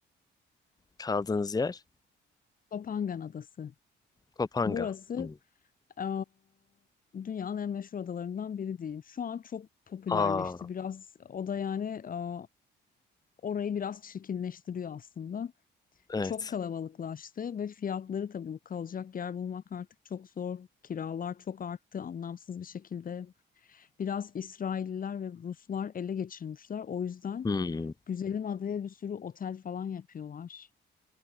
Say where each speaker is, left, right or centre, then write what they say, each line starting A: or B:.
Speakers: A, on the left; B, on the left.
A: kaldığınız yer?
B: Topangan Adası.
A: Kopanga.
B: Burası
A: Hı.
B: e, dünyanın en meşhur adalarından biri diyeyim. Şu an çok popülerleşti.
A: Aa
B: Biraz o da yani e, orayı biraz çirkinleştiriyor aslında.
A: evet.
B: çok kalabalıklaştı ve fiyatları tabii bu kalacak yer bulmak artık çok zor. Kiralar çok arttı anlamsız bir şekilde. Biraz İsrailliler ve Ruslar ele geçirmişler. O yüzden
A: Hı.
B: Güzelim adaya bir sürü otel falan yapıyorlar.